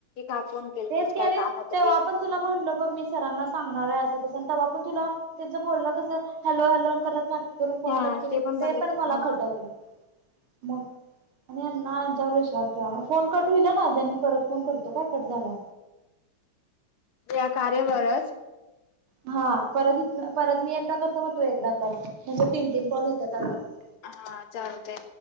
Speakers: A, on the left; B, on the right.
A: का फोन केलतीस
B: तेच की
A: काय
B: आणि
A: काम होतं
B: तेव्हा
A: ते
B: पण तुला म्हणल बघ मी सरांना सांगणार आहे असं तस. तवा पन तुला त्याच बोलण कस हॅलो हॅलो करत करून फोन
A: हा
B: कट केली ते
A: बघित
B: पण मला
A: हा
B: खटकलं. मग आणिना यांच्यावर विश्वास ठेवा फोन कट होईल ना अ मी परत फोन करतो काय कट झाला.
A: या कार्यावरच.
B: हा परत इथ परत मी एकदा करतो मग तू एकदा. म्हणजे तीन तीन कॉल होतात आज आपलं.
A: हा चालतंय